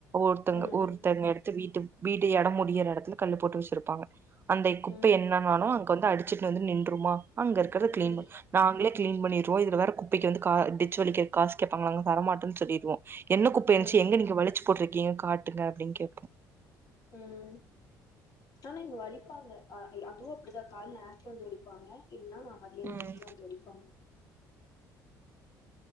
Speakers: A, on the right; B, on the left.
A: ஒருத்தங்க
B: ம்
A: ஒருத்தங்க எடுத்து வீட்டு வீட்ட இடம் முடியிற இடத்துல கல்லு போட்டு வச்சிருப்பாங்க அந்த குப்
B: ம்
A: என்னனாலும் அங்க வந்து அடி வந்து நின்றுமா அங்க இருறத கிளீன்
B: ம்
A: பண்ண நாங்களே கிளீன் பண்ணிரு இதுல வேற குப்பைக்கு வந்து டிச்சு வலிக்க காசு கேட்பாங்களா நங்க தர மாட்டேன்னு சொல்லிடுவோம் என்ன குப்ப இருச்சு
B: ம்
A: எங்க நீங்க வழிச்சு போட்ரு ஏன் காட்டுங்க அப்படின்னு கேப்போம்
B: ம் ஆனா இங்க வலிப்பாங்க ஆ அதுவும் அப்படிதான் கால் ஆக்கி வந்து வலிப்பாங்க இல் நா மதியானம் கழிச்சு
A: ம்
B: தான் வந்து வலிப்பாங்க